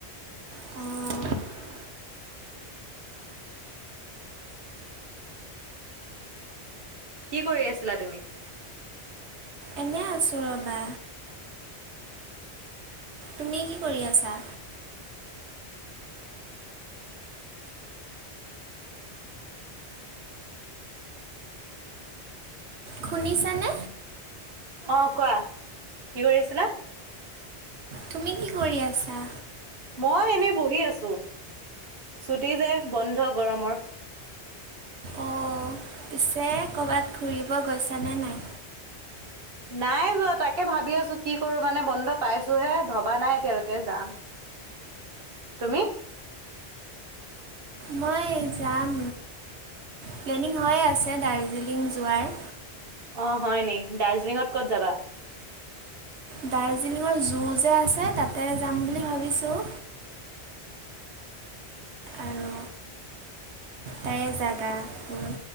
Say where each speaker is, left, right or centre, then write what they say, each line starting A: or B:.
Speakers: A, on the right; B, on the right.
A: অঁ
B: কি কৰি আছিলা তুমি
A: এনে আছোঁ ৰ'বা তুমি কি কৰি আছা শুনিছানে
B: অ কোৱা কি কৰি আছিলা
A: তুমি কি কৰি আছা
B: মই এনেই বহি আছো ছুটি যে বন্ধ গৰমৰ
A: অঁ, পিছে ক'বাত ঘূৰিব গৈছানে নাই
B: নাই যোৱা তাকে ভাবি আছো কি কৰো মানে বন্ধ পাইছো হে ভবা নাই এতিয়ালৈকে যাম তুমি
A: মই যাম প্লেনিং হৈয়ে আছে দাৰ্জিলিং যোৱাৰ
B: অ হয় নি দাৰ্জিলিঙত ক'ত যাবা
A: দাৰ্জিলিঙৰ জু যে আছে তাতে যাম বুলি ভাবিছোঁ আৰু তাৰে জোগাবোৰ